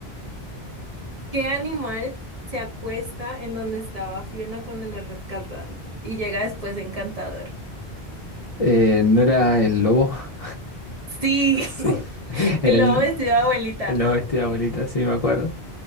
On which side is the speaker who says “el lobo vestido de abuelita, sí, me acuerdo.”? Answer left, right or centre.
Left